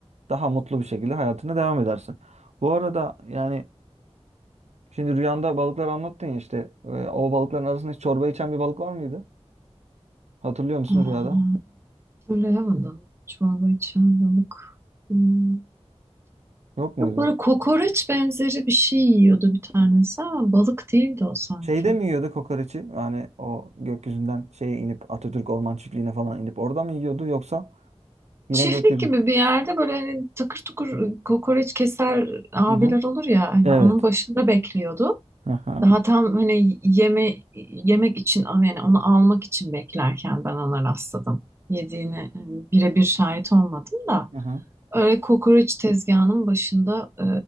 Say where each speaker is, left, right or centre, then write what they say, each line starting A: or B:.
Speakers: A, on the right; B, on the right.
A: daha mutlu bir şekilde hayatına devam edersin. Bu arada yani şimdi rüyanda balıklar anlattın ya işte e, o balıkların arasında hiç çorba içen bir balık var mıydı? Hatırlıyor musun
B: Aa,
A: rüyada?
B: Hatırlayamadım. Çorba içen balık. Hmm.
A: Yok muydu?
B: Yok böyle kokoreç benzeri bir şey yiyordu bir tanesi ama balık değildi o sanki.
A: Şeyde mi yiyordu kokoreçi? Yani o gökyüzünden şeye inip Atatürk Orman Çiftliği'ne falan inip orada mı yiyordu yoksa yine
B: Çiftlik
A: gökyüzü?
B: gibi bir yerde böyle hani takır tukur kokoreç keser abiler
A: Hı hı.
B: olur ya hani
A: Evet.
B: onun başında bekliyordu.
A: Hı hı.
B: Daha tam hani yeme yemek için yani onu almak için beklerken ben ona rastladım. Yediğine e, birebir şahit olmadım da
A: Hı hı.
B: öyle kokoreç tezgahının başında e,